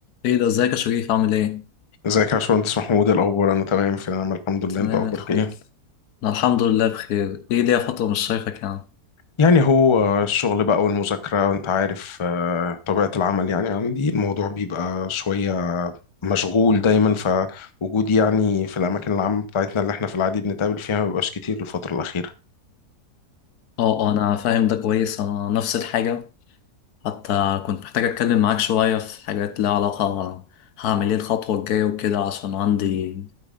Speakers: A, on the left; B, on the left.
A: ايه ده ازيك يا شريف عامل ايه؟
B: ازيك يا باشمهندس محمود إيه الاخبار انا تمام في نعم الحمد لله
A: تمام
B: انت اخبارك
A: الحمد
B: ايه
A: لله انا الحمد لله بخير ايه ليا فترة مش شايفك يعني
B: يعني هو الشغل بقى والمذاكره وانت عارف آه، طبيعه العمل يعني عندي الموضوع بيبقى شويه مشغول دايما فوجودي يعني في الاماكن العامه بتاعتنا اللي احنا في العادي بنتقابل فيها ما بيبقاش كتير الفتره الاخيره
A: اه اه انا فاهم ده كويس انا نفس الحاجة حتى كنت محتاج اتكلم معاك شوية في حاجات ليها علاقة هعمل ايه الخطوة الجاية وكده عشان عندي